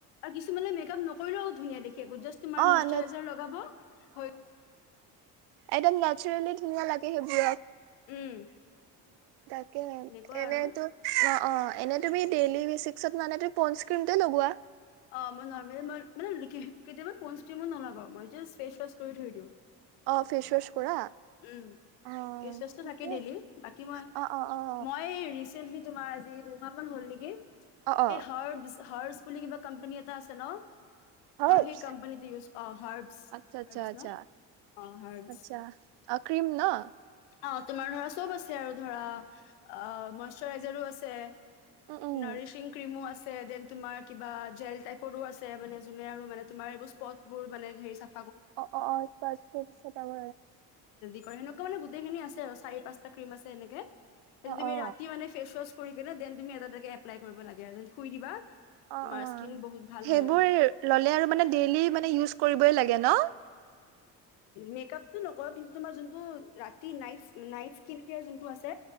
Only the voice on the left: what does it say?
আৰু কিছুমানে মেকআপ নকৰিলেও ধুনীয়া দেখি সেই জাষ্ট তোমাৰ
মইশৰাইজাৰ
লগাব হয়
উম
এনেকুৱা
আৰু
অ', মই নৰ্মেলি মই মানে কেতিয়াবা প'ণ্ডচ ক্ৰীমো নলগাও মই জাষ্ট ফেচ ৱাছ কৰি থৈ দিওঁ
উম,
ফেচ ৱাছটো
থাকে ডেইলি বাকী মই
মই ৰিচেন্টলি তোমাৰ আজি দুমাহ মান হ'ল নেকি
এই হাৰ হৰ্ ব বুলিুল কিবা কম্পানী এটা আছে ন
মই সেই কম্পানীতে ইউজ অ হাৰ্বছ
হাৰছ
ন অ হাৰ্বছ
অ তোমাৰ ধৰা চব আছে আৰু ধৰা অ মইশাৰইজাৰো আছে
নৰিশিং ক্ৰ্ৰীমো আছে ন তোমাৰ কিবা জেল টাইপৰো আছে মানে যোনে আৰু মানে তোমাৰ এইবোৰ স্পট বোৰ মানে হেৰি চফ
সেনেুৱা মানে গোটেইিনিছে আৰু চাৰি পচটা ক্ৰীম আছে এনেকে সেইটো
তুমি
ৰাতি মান ফেচ ৱাশ কৰি কেনে দেনুম এ তে এপ্লাই কৰিব লাগে আৰু যেনু দিবা
তোমাৰ
স্কিন বহুত ভাল হয়
আৰু
মেকপটো ন কিন্তুমাৰ ন ন্ কেোনটো আছে